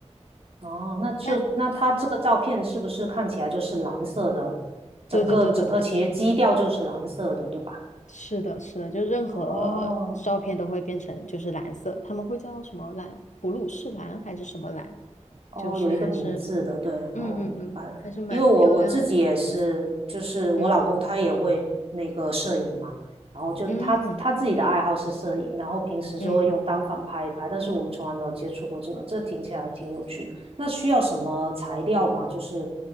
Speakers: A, on the right (about 55°); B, on the left (about 85°).
A: 哦，那就那它这个照片是不是看起来就是蓝色的？
B: 但
A: 整个整个其实基调就是蓝色的，
B: 对对对对对，
A: 对吧？
B: 是的，是的，就任何照片都会变成就是蓝色，
A: 哦
B: 他们会叫什么蓝？普鲁士蓝还是什么蓝？
A: 哦，
B: 就是还是
A: 有一个名字的，对，
B: 嗯嗯嗯，
A: 哦，明白了。
B: 还是蛮漂亮的一种蓝色。
A: 因为我我自己也是，就是我老公他也会那个摄影嘛，
B: 嗯
A: 然后就他他自己的爱好是摄影，
B: 嗯
A: 然后平时就会用单反拍一拍，
B: 嗯，
A: 但是我们从来没有接触过这个，这听起来挺有趣的。那需要什么材料吗？就是